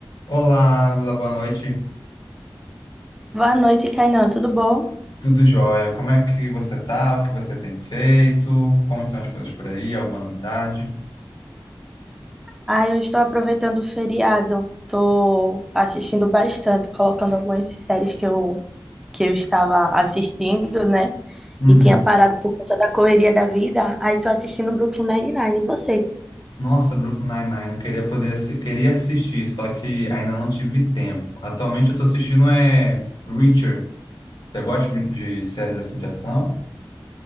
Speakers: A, on the left (about 70°); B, in the centre.
A: Olá, Ávila, boa noite.
B: Boa noite, Kainan. Tudo bom?
A: Tudo jóia? Como é que você tá? O que você tem feito? Como estão as coisas por aí? Alguma novidade?
B: Ah, eu estou aproveitando o feriado. Estou assistindo bastante, colocando algumas séries que eu, que eu estava assistindo, né?
A: Uhum.
B: E tinha parado por conta da correria da vida. Aí estou assistindo Brooklyn Nine-Nine. E você?
A: Nossa, Brooklyn Nine-Nine, eu queria poder assi- queria assistir, só que ainda não tive tempo. Atualmente eu tô assistindo é Reacher. Você gosta de de séries assim de ação?